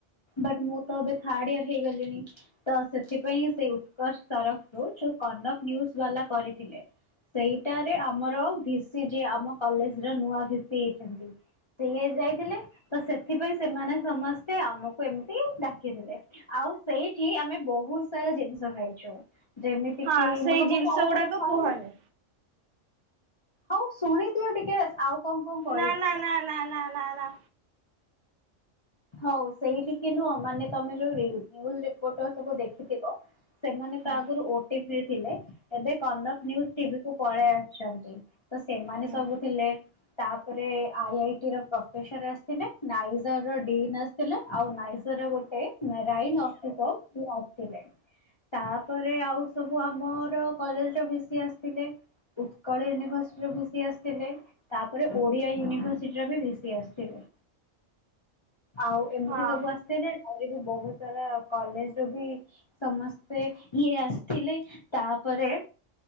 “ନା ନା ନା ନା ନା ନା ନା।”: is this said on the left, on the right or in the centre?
Right